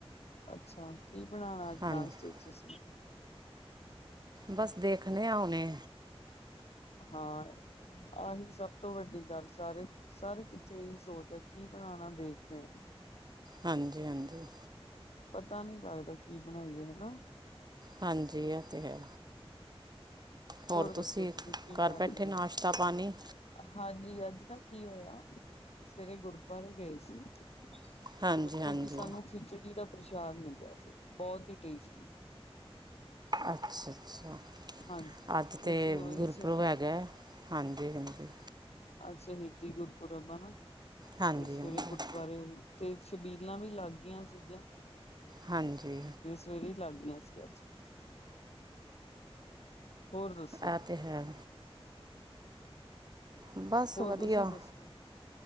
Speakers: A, on the left; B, on the right.
A: ਅੱਛਾ, ਕੀ ਬਣਾਣਾ ਅੱਜ
B: ਹਾਂਜੀ
A: ਨਾਸਤੇ ਤੁਸੀਂ?
B: ਬਸ ਦੇਖਣੇ ਆ ਉਣੇ।
A: ਹਾਂ, ਆਹੀ ਸਭ ਤੋਂ ਵੱਡੀ ਗੱਲ ਸਾਰੇ ਸਾਰੇ ਕਿੱਥੇ ਇਹੀ ਸੋਚ ਹੈ, ਕੀ ਬਣਾਉਣਾ ਦੇਖਦੇ ਆ।
B: ਹਾਂਜੀ-ਹਾਂਜੀ।
A: ਪਤਾ ਨੀ ਲੱਗਦਾ ਕੀ ਬਣਾਈਏ, ਹਨਾ?
B: ਹਾਂਜੀ ਇਹ ਤੇ ਹੈ। ਹੋਰ ਤੁਸੀਂ
A: ਦੱਸੋ ਕੀ
B: ਕਰ
A: ਕਰਦੇ
B: ਬੈਠੇ ਨਾਸ਼ਤਾ-ਪਾਣੀ?
A: ਹੋ ਹਾਂਜੀ ਅੱਜ ਨਾ ਕੀ ਹੋਇਆ, ਅਸੀਂ ਸਵੇਰੇ ਗੁਰਦੁਆਰੇ ਗਏ ਸੀ। ਤੇ
B: ਹਾਂਜੀ
A: ਉੱਥੋਂ
B: ਹਾਂਜੀ
A: ਦੀ ਸਾਨੂੰ ਖਿਚੜੀ ਦਾ ਪ੍ਰਸ਼ਾਦ ਮਿਲਿਆ ਸੀ। ਬਹੁਤ ਹੀ ਟੇਸਟੀ।
B: ਅੱਛਾ ਅੱਛਾ।
A: ਹਾਂਜੀ
B: ਅੱਜ ਤੇ
A: ਅਸੀਂ ਉਹੀ
B: ਗੁਰਪੁਰਬ
A: ਸੋਚਿਆ
B: ਹੈਗਾ। ਹਾਂਜੀ ਹਾਂਜੀ‌।
A: ਅੱਜ ਸ਼ਹੀਦੀ ਗੁਰਪੁਰਬ ਆ ਨਾ,
B: ਹਾਂਜੀ
A: ਤੇ ਸਵੇਰੇ
B: ਹਾਂਜੀ
A: ਗੁਰ ਵਾਰੇ, ਤੇ ਸ਼ਬੀਲਾਂ ਵੀ ਲੱਗ ਗਈਆਂ ਸੀਗੀਆਂ।
B: ਹਾਂਜੀ।
A: ਸਵੇਰੇ ਈ ਲੱਗ ਗਆਂ ਸੀ ਅੱਜ। ਹੋਰ ਦੱਸੋ?
B: ਆਤੇ, ਹੈ। ਬਸ
A: ਹੋਰ,
B: ਵਧੀਆ
A: ਤੁਸੀਂ ਦੱਸੋ?